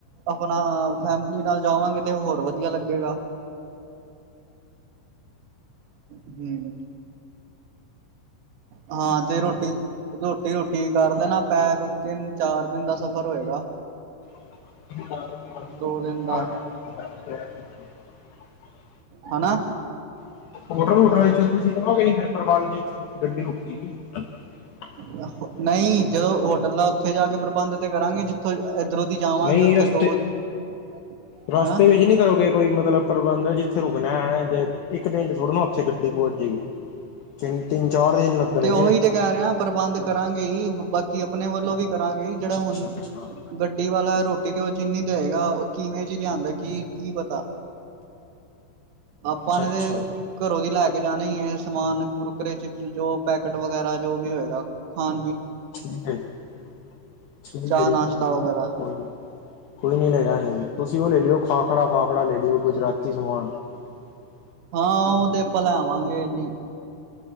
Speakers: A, on the right; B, on the left.
A: ਆਪਣਾ ਫੈਮਲੀ ਨਾਲ ਜਾਵਾਂਗੇ ਤੇ ਹੋਰ ਵਧੀਆ ਲੱਗੇਗਾ। ਹਮ। ਹਾਂ ਤੇ ਰੋਟੀ ਰੋਟੀ ਰੋਟੀ ਕਰ ਲੈਣਾ ਪੈ ਕੁ ਤਿੰਨ ਚਾਰ ਦਿਨ ਦਾ ਸਫ਼ਰ ਹੋਏਗਾ।
B: <unintelligible>
A: ਦੋ ਦਿਨ ਦਾ ਹਨਨਾ
B: <unintelligible> <unintelligible> <inaudible>
A: ਨਹੀਂ ਜਦੋਂ, ਹੋਟਲ ਦਾ ਓਥੇ ਜਾ ਕੇ ਪ੍ਰਬੰਧ ਤੇ ਕਰਾਂਗੇ। ਜਿੱਥੋਂ ਏਧਰੋਂ ਦੀ ਜਾਵਾਂਗੇ,
B: ਨਹੀਂ
A: ਓਥੇ
B: ਰਸਤੇ
A: ਦੋ--ਹੈ।
B: ਰਸਤੇ ਵਿੱਚ ਨਹੀਂ ਕਰੋਗੇ ਕੋਈ ਮਤਲਬ ਪ੍ਰਬੰਧ <inaudible> ਇੱਕ ਦਿਨ ਚ, ਥੋੜਾ ਨਾ, ਉੱਥੇ ਗੱਡੀ <inaudible> ਦਿਨ ਲੱਗਣਗੇ
A: ਤੇ ਓਹੀ ਤੇ ਕਹਿ ਰੇਹਾ, ਪ੍ਰਬੰਧ ਕਰਾਂਗੇ ਹੀ--ਬਾਕੀ ਕਿ ਅਪਣੇ ਵੱਲੋਂ ਵੀ। ਕਰਾਂਗੇ ਈ, ਜਿੜਾ
B: ਅੱਛਾ
A: ਹੁਣ
B: ਅੱਛਾ ਅੱਛਾ।
A: ਗੱਡੀ ਵਾਲਾ, ਰੋਟੀ <inaudible> ਜਿੰਨੀ ਦੇਏਗਾ, ਕਿਵੇਂ ਜੀ ਲਿਆਂਦਾ ਕੀ, ਕੀ ਪਤਾ ਆਪਾਂ
B: ਅੱਛਾ
A: ਨੇ
B: ਅੱਛਾ
A: ਤੇ ਘਰੋਂ ਦੀ ਲੈ ਕੇ ਜਾਣਾ ਹੀ ਏ ਸਮਾਨ। ਕੁਰਕੁਰੇ ਚਿਪਸ ਜੋ ਟ ਵਗੈਰਾ, ਜੋ ਵੀ ਹੋਏਗਾ, ਖਾ
B: <unintelligible>
A: ਚਾਹ ਨਾਸ਼ਤਾ ਵਗੈਰਾ ਹਾਂ, ਓ ਤੇ ਭਲਾਵਾਂਗੇ ਜੀ।